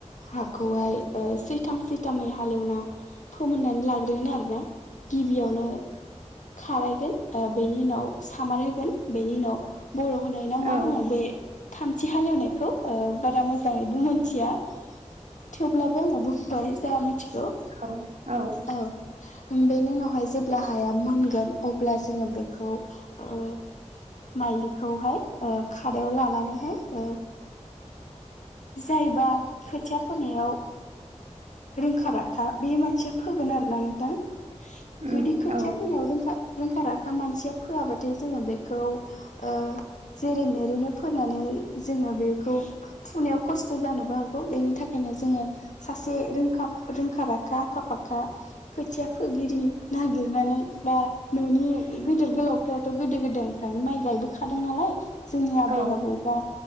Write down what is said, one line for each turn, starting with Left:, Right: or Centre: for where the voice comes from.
Left: हाखौहाय ओ सैथाम सैथामै हालेवना फोमोननानै लाग्रोगोन आरोना। गिबियावनो खारायगोन ओ बेनि उनाव सामार होगोन बेनि उनाव बर' होनाय ना मा
Right: औ
Left: बुङो बे थामथि हालेवनायखौ ओ बारा मोजाङैबो मोनथिया। थेवब्लाबो आङो बुंबाय जा मिथिगौ।
Right: औ औ
Left: औ बेनि उनावहाय जेब्ला हाया मोनगोन अब्ला जोङो बेखौ ओ माइलिखौहाय ओ खादायाव लानानैहाय ओ जायबा खोथिया फोनायाव रोंखा राखा बे मानसि फोगोन आरोना नोंथां।
Right: उम
Left: जुदि खोथिया
Right: औ
Left: फोनायाव रोंखा रोंखा राखा मानसिया फोआबाथाय जोङो बेखौ ओ जेरै मेरैनो फोनानै जोङो बे खौ फुनायाव खस्थ' जानोबो हागौ बेनि थाखायनो जोङो सासे रोंखा रोंखा-राखा आखा-फाखा खोथिया फोगिरि नागिरनानै बा न'नि गेदेर गोलाव फोराथ' गोदो गोदायनिफ्रायनो माइ गायबोखादों नालाय जोंनि आबै
Right: औ
Left: आबौ बा